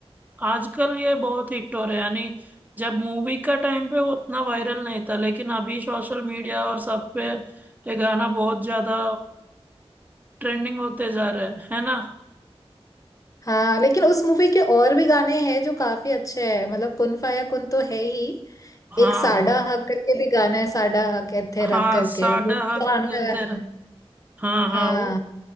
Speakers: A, on the right; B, on the left.
A: आजकल ये बहुत हिट हो रहा है यानी जब मूवी का टाइम पे वो उतना वायरल नहीं था लेकिन अभी सोशल मीडिया और सब पे ये गाना बहुत ज्यादा ट्रेंडिंग होते जा रहे हैं है ना
B: हाँ लेकिन उस मूवी के और भी गाने हैं जो काफी अच्छे हैं मतलब कुन फाया कुन तो है ही
A: हाँ
B: एक साडा हक करके भी गाना है साडा हक एथे
A: हाँ
B: रख करके
A: साडा
B: वो भी
A: हक
B: सुहाना
A: दिल
B: गाना
A: तेरा
B: है
A: हाँ हाँ
B: हाँ
A: वो